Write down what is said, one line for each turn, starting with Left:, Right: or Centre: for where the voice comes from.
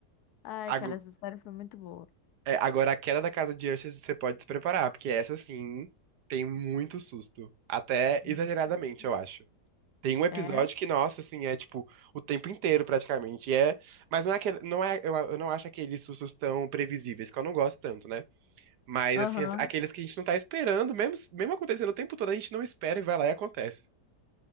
Left: Ai,
Right: Ago-
Left: cara, essa história foi muito boa.
Right: é, Agora, a queda da casa de Usher, você pode se preparar, porque essa, assim, tem muito susto. Até exageradamente,
Left: Hum.
Right: eu acho. Tem um episódio
Left: É?
Right: que, nossa, assim, é tipo o tempo inteiro praticamente. E é, mas não é aquele, não é, eu, eu não acho aqueles sustos tão previsíveis, que eu não gosto tanto, né? Mas
Left: Aham.
Right: assim, as- aqueles que a gente não tá esperando, mesmo, mesmo acontecendo o tempo todo, a gente não espera e vai lá e acontece.